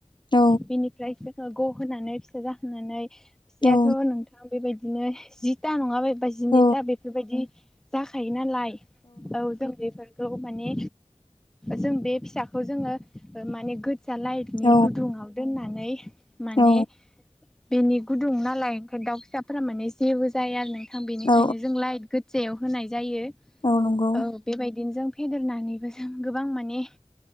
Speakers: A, on the left; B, in the centre.
A: औ
B: बिनिफ्राय बिसोरखौ ग'होनानै फिसा जाहोनानै फिसायाथ'
A: औ
B: नोंथां बेबायदिनो जिथा नङाबाय बा जिनैथा
A: औ
B: बेफोरबायदि जाखायो नालाय औ जों बेफोरखौ। माने जों बे फिसाखौ जोङो माने गोदजा लाइटनि
A: औ
B: गुदुङाव दोननानै माने
A: औ
B: बेनि गुदुं नालाय ओंखायनो दाउ फिसाफोरा माने जेबो जाया आरो नोंथां बेनिखायनो
A: औ
B: जों लाइट गोद जायाव होनाय जायो
A: औ नंगौ
B: औ बेबायदिनो जों फेदेरनानैबो जों गोबां माने